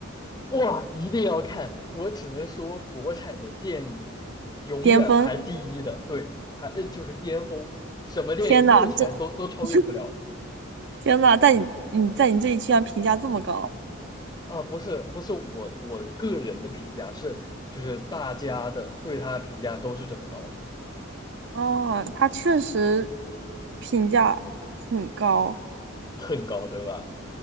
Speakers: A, on the left (about 20°); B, on the right (about 55°).
A: 哇，一定要看！我只能说，国产的电影永远排第一的，
B: 巅峰。
A: 对，还呃就是巅峰，什么电影目前都都超越不了的
B: 天呐，这 <laughs> 天呐，在你你在你这里居然评价这么高
A: 啊！不是不是我我个人的评价，是就是大家的对他的评价都是这么高的，
B: 哦，他确实评价很高，
A: 很高，对吧？